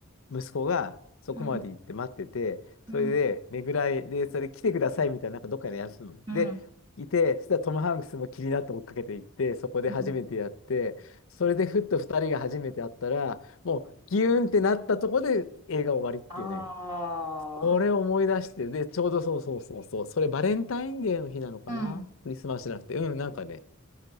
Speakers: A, on the left; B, on the right.
A: 息子がそこまで行って待ってて、
B: うん。うん。
A: それで、ねぐらい、で、それ来てくださいみたいな、なんかどっかでやるの。
B: うん。
A: で、いて、そしたらトム・ハンクスも気になって追っかけていって、そこで初めてやって、
B: うん。
A: それでふっと2人が初めて会ったら、もうギューンってなったとこで映画終わりっていうね、
B: ああ。
A: これを思い出して、で、ちょうどそうそうそうそう、それバレンタインデーの日なのかなクリスマスじゃなくて、
B: うん。
A: うん、なんかね、